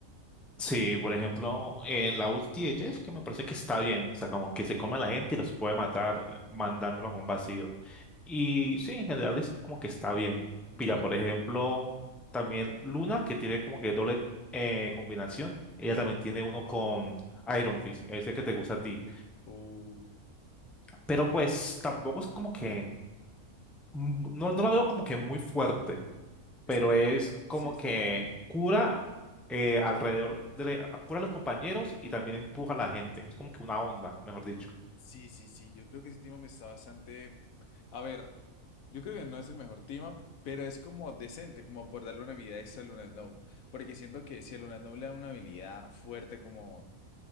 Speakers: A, in the centre; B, on the left.
A: Sí, por ejemplo, eh, la ulti de Jeff, que me parece que está bien, o sea, como que se come a la gente y los puede matar eh, mandándolos a un vacío. Y sí, en general es como que está bien.
B: Ujú.
A: Mira, por ejemplo, también Luna, que tiene como que doble eh, combinación, ella también tiene uno con Iron Fist, ese que te gusta a ti.
B: Uh,
A: Pero pues tampoco es como que, mm, no, no la veo como que muy fuerte, pero
B: Es que,
A: es como
B: sí,
A: que
B: sí.
A: cura eh, alrededor de, cura a los compañeros y también empuja a la gente. Es como que una onda, mejor dicho.
B: Sí, sí, sí, yo creo que ese tema está bastante... A ver, yo creo que no es el mejor tema, pero es como decente, como por darle una habilidad extra a Luna Snow, porque siento que si a Luna Snow le dan una habilidad fuerte como